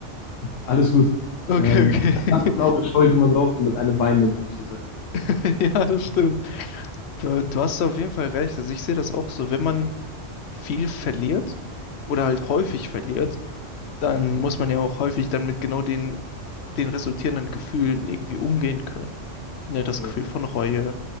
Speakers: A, on the left; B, on the left.
A: Alles gut.
B: Okay,
A: Ähm,
B: okay.
A: nachts genau schaue ich immer drauf und mit einem Weinenden, habe ich gesagt.
B: <laughs> Ja, das stimmt. Du, du hast da auf jeden Fall recht. Also ich sehe das auch so, wenn man viel verliert oder halt häufig verliert, dann muss man ja auch häufig dann mit genau den, den resultierenden Gefühlen irgendwie umgehen können. Ne, das
A: Genau.
B: Gefühl von Reue